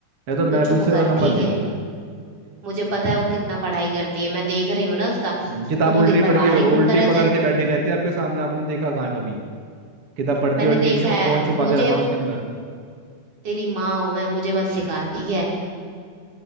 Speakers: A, on the right; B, on the right.
A: नहीं तो मैं
B: तू चुप
A: भी उससे ज़्यादा
B: कर
A: नंबर
B: ठीक
A: ले
B: है
A: आऊँ मैं
B: मुझे पता है वो कितना पढ़ाई करती है मैं देख रही हूँ ना उसका
A: हम्म, किताब
B: तू तो
A: उल्टी
B: दिन भर
A: पढ़
B: बाहर
A: के
B: ही
A: उल्टी
B: घूमता रहता
A: पकड़
B: है
A: के बैठी रहती है आपके सामने आपने देखा कहाँ है कभी किताब पढ़ती
B: मैंने
A: पढ़ती
B: देखा
A: नहीं है वो
B: है
A: फोन छुपा
B: मुझे
A: के रखा उसके अंदर
B: तेरी माँ हूं मैं मुझे मत सिखा ठीक है